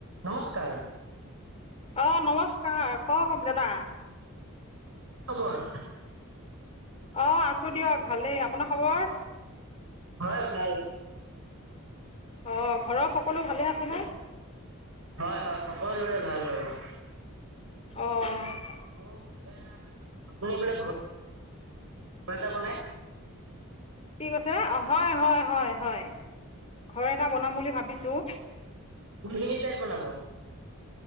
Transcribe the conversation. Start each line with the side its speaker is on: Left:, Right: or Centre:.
Right: নমস্কাৰ।
Left: অ', নমস্কাৰ, কওঁক দাদা।
Right: কি খবৰ।
Left: অ', আছো দিয়ক ভালেই, আপোনাৰ খবৰ।
Right: হয়, ভাল।
Left: অ', ঘৰৰ সকলো ভালে আছেনে।
Right: হয়-হয়, সকলোৰে ভাল বাৰু।
Left: অ'।
Right: মোক এ আপুনি বোলে ঘ- ঘৰ এটা বনাই।
Left: কি কৈছে, হয়, হয়-হয়-হয়, ঘৰ এটা বনাম বুলি ভাবিছো।
Right: কোনখিনি ঠাইত বনাব।